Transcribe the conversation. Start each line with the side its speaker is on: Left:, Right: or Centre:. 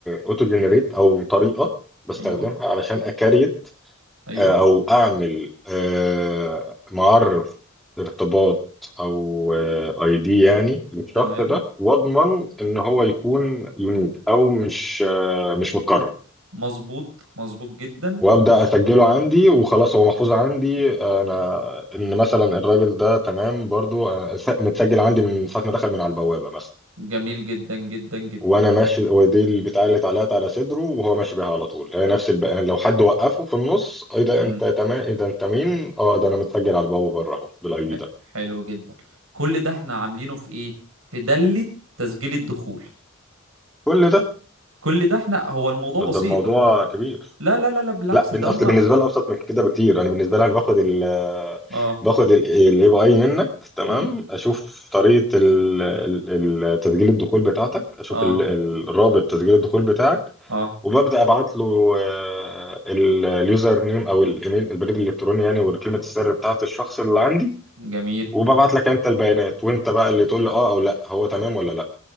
Centre: اوتو جنريت او طريقة بستخدمها
Right: أيوه
Centre: علشان اكريت
Right: أيوه
Centre: آه، او اعمل آه، معرف ارتباط او اي دي يعني للشخص
Right: تمام
Centre: ده واضمن ان هو يكون يونيك او مش آه، مش متكرر
Right: مظبوط مظبوط جدا
Centre: وابدا اسجله عندي وخلاص هو محفوظ عندي انا ان مثلا الراجل ده تمام برضو آه، متسجل عندي من ساعه ما دخل من على البوابه مثلا
Right: جميل جدا جدا
Centre: وانا ماشي هو دي البتاع اللي اتعلقت على صدره وهو ماشي بيها على طول هي نفس البقى لو حد وقفه في النص ايه ده
Right: جدا
Centre: انت تمام ايه ده انت مين اه ده انا متسجل على البابا بره اهو بالاي دي
Right: حلو
Centre: ده
Right: حلو جدا كل ده احنا عاملينه في ايه في دلة تسجيل الدخول
Centre: كل ده
Right: كل ده احنا هو الموضوع
Centre: ده
Right: بسيط
Centre: ده الموضوع
Right: هو انت
Centre: كبير
Right: لا لا لا لا بالعكس
Centre: لا بن-
Right: ده
Centre: اصل
Right: هما
Centre: بالنسبه لي ابسط من كده بكتير انا بالنسبه لي انا باخد ال
Right: اه
Centre: باخد الاي بي اي منك تمام
Right: مم.
Centre: اشوف طريقه ال- ال- ال- تسجيل الدخول بتاعتك اشوف
Right: اه
Centre: ال- ال- الرابط تسجيل الدخول بتاعك
Right: اه
Centre: وببدا ابعت له آه، ال- اليوزر نيم او الايميل البريد الالكتروني يعني وكلمه السر بتاعت الشخص اللي عندي
Right: جميل
Centre: وببعت لك انت البيانات وانت بقى اللي تقول لي اه او لا هو تمام ولا لا